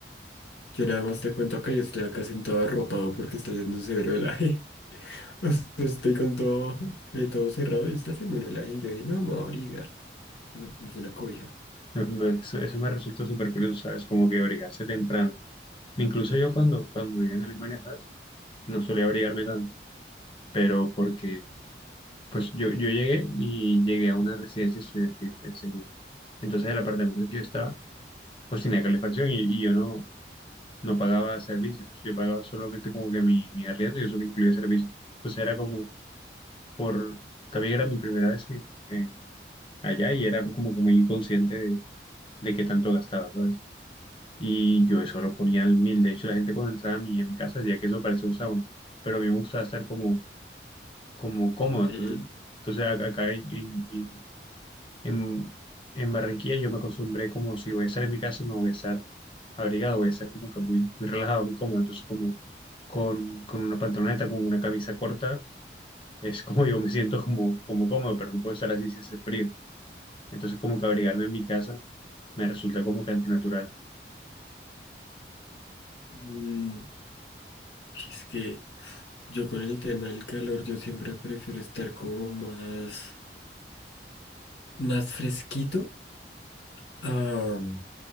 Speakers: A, on the left; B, on the left.
A: yo nada más te cuento acá, yo estoy acá sentado arropado porque está haciendo severo helaje. <laughs> O sea, estoy con todo abajo, eh, todo cerrado y está haciendo un helaje. y Yo dije, no, me voy a abrigar. Y Me puse una cobija.
B: <laughs> Eso, eso me resulta súper curioso, ¿sabes? Como que abrigarse temprano. Incluso yo cuando, cuando vivía en Alemania, ¿sabes? No solía abrigarme tanto, pero porque, pues yo, yo llegué y llegué a una residencia estudiantil enseguida. Entonces el apartamento en el que yo estaba, pues tenía calefacción y, y yo no, no pagaba servicios, yo pagaba solamente como que mi, mi arriendo y eso me incluía servicios. Entonces era como por, también era mi primera vez que, que allá y era como que muy inconsciente de, de qué tanto gastaba, ¿sabes? Y yo eso lo ponía al mil, de hecho la gente cuando entraba a mi, a mi casa decía que eso parecía un sauna pero a mí me gustaba estar como como cómodo.
A: <laughs>
B: Entonces,
A: Y,
B: entonces a- acá en, en, en, en- en Barranquilla yo me acostumbré como si voy a estar en mi casa, no voy a estar abrigado, voy a estar como que muy, muy relajado, muy cómodo. Entonces como con, con una pantaloneta, con una camisa corta, es como <laughs> yo me siento como, como cómodo, pero no puedo estar así si hace frío. Entonces como que abrigarme en mi casa me resulta como que antinatural.
A: mm, Es que yo con el tema del calor, yo siempre prefiero estar como más, más fresquito a,